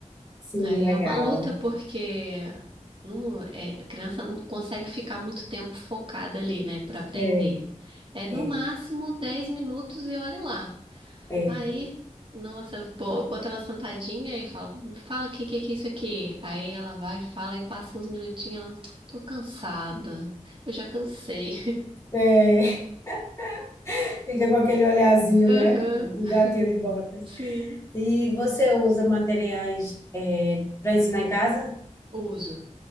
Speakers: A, on the left; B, on the right.
A: Sim,
B: Aí é
A: legal.
B: uma luta porque não, é, a criança não consegue ficar muito tempo focada ali, né, para aprender.
A: É,
B: É no
A: é,
B: máximo 10 minutos e olha lá.
A: é.
B: Aí, nossa, eu bo- boto ela sentadinha e fala, fala aqui, o que que é isso aqui? Aí ela vai, fala e passa uns minutinhos, ela, tô cansada, eu já cansei.
A: É, <laughs> fica com aquele olhazinho,
B: <laughs> Aham,
A: né? Do gatinho de botas.
B: sim.
A: E você usa materiais para ensinar em casa?
B: Uso.